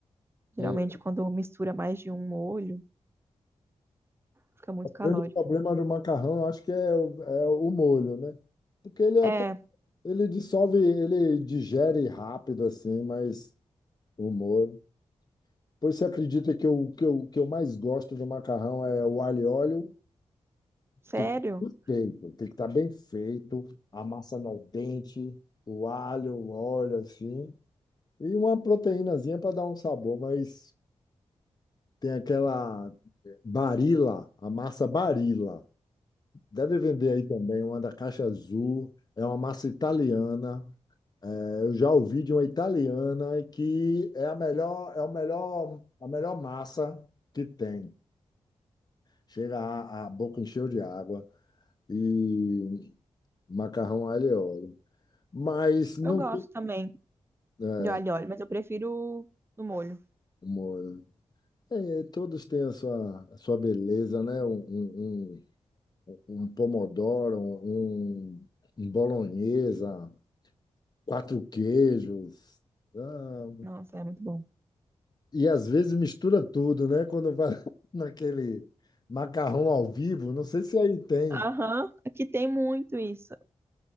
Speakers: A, on the right; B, on the left.
A: Geralmente,
B: É,
A: quando mistura mais de um molho, fica muito
B: o
A: calórico.
B: grande problema do macarrão, eu acho que é, o- é o molho, né? Porque ele é
A: É,
B: até, ele dissolve, ele digere rápido, assim, mas o molho. Pois você acredita que o que eu, que eu mais gosto do macarrão é o alho e óleo
A: sério?
B: Tem que ser feito, tem que estar bem feito, a massa no dente, o alho, o óleo assim, e uma proteínazinha para dar um sabor, mas tem aquela Barilla, a massa Barilla. Deve vender aí também, uma da caixa azul, é uma massa italiana. É, Eu já ouvi de uma italiana que é a melhor, é o melhor, a melhor massa que tem. Chega a, a boca encheu de água e macarrão alho e óleo. Mas não
A: Eu gosto
B: tem
A: também
B: é,
A: de alho e óleo, mas eu prefiro no molho.
B: humor. né? É, todos têm a sua, a sua beleza, né? Um, um, um um pomodoro, um, um bolonhesa, quatro queijos. Ah,
A: Nossa, é muito bom.
B: e às vezes mistura tudo, né? Quando vai <laughs> naquele macarrão ao vivo, não sei se aí tem.
A: Aham, aqui tem muito isso.